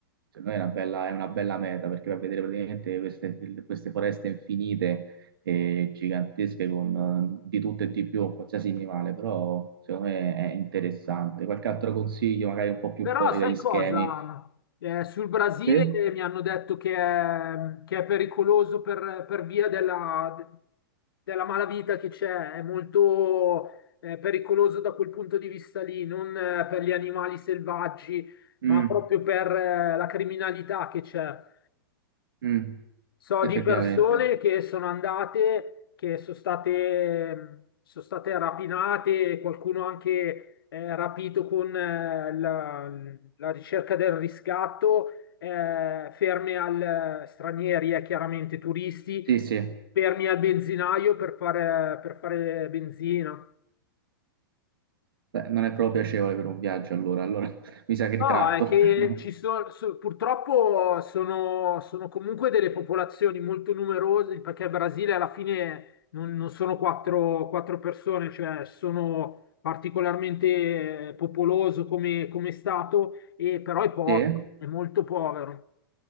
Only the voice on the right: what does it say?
secondo me è una bella, è una bella meta perché va a vedere praticamente queste, queste foreste infinite e gigantesche con eh, di tutto e di più, qualsiasi animale, però secondo me è interessante. Qualche altro consiglio, magari un po' più
fuori
dagli
schemi?
Sì?
Mm,
mm,
effettivamente.
Sì, sì.
Beh, non è proprio piacevole per un viaggio, allora, allora <laughs> mi sa che ritratto.
<laughs> No.
Sì,